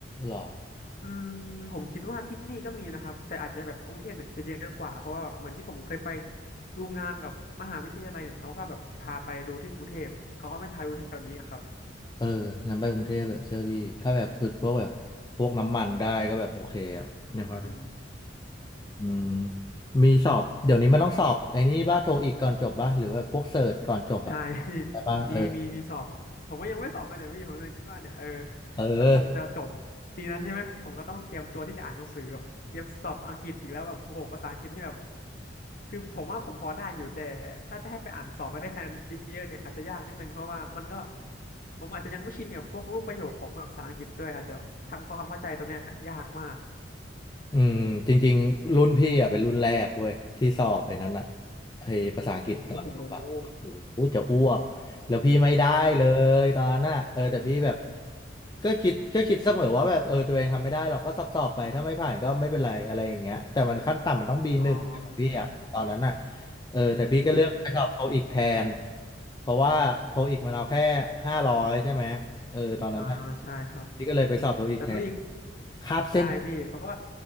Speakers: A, on the left; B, on the left.
A: หรอ
B: อืมผมคิดว่าที่นี่ก็มีนะครับแต่อาจจะแบบกรุงเทพเนี่ยจะเยอะกว่าเพราะว่าแบบเหมือนที่ผมเคยไปดูงานกับมหาวิทยาลัยเนี่ยเขาก็แบบพาไปดูที่กรุงเทพเขาก็ไม่พาดูแถวนี้อะครับ
A: เอองั้นไปกรุงเทพเลยเชื่อพี่ถ้าแบบฝึกพวกแบบพวกน้ำมันได้ก็แบบโอเคอะเนี่ยพาไป
B: อืม
A: อืมมีสอบเดี๋ยวนี้มันต้องสอบไอ้นี่บ้าโทอีกก่อนจบบ้าหรือว่าพวกเสิร์ชก่อนจบอะ
B: ใช่ <laughs>
A: ไปบ้าเออ
B: มีมีมีสอบผมก็ยังไม่สอบเลยเนี่ยพี่ผมเลยคิดว่าเนี่ยเออ
A: เออ
B: ถ้าผมจะจบปีนั้นใช่ไหมผมก็ต้องเตรียมตัวที่จะอ่านหนังสือแบบเตรียมสอบอังกฤษอีกแล้วแบบโอ้โหภาษาอังกฤษนี่แบบคือผมว่าผมพอได้อยู่แต่ถ้าจะให้ไปอ่านสอบไปได้คะแนนเยอะๆเนี่ยอาจจะยากนิดนึงเพราะว่ามันก็ ผมอาจจะยังไม่ชินกับพวกรูปประโยคของภาษาอังกฤษด้วยอาจจะทำความเข้าใจตรงเนี้ยยากมาก
A: อืมจริงๆรุ่นพี่อ่ะเป็นรุ่นแรกเว้ยที่สอบไอ้นั้นอ่ะไอ้ภาษาอังกฤษตอนจบอ่ะโอ้โหจะอ้วกแล้วพี่ไม่ได้เลยตอนนั้นอ่ะเออแต่พี่แบบ
B: โอ้โห
A: ก็คิดก็คิดเสมอว่าแบบเออตัวเองทำไม่ได้เราก็สอบสอบไปถ้าไม่ผ่านก็ไม่เป็นไรอะไรอย่างเงี้ยแต่มันขั้นต่ำมันต้อง B1
B: อ๋
A: ของพี่อ่ะตอนนั้นอ่ะ
B: อ
A: เออแต่พี่ก็เลือกไปสอบโทอีกแทน
B: โอ้
A: เพราะว่าโทอีกมันเอาแค่ห้าร้อยใช่ไหมเออตอนนั้นน่ะ
B: อ่าใช่ครับ
A: พี่ก็เลยไปสอบโทอีกแทน
B: แต่เท่าอีก
A: คาบเส้น
B: ใช่พี่เพราะว่า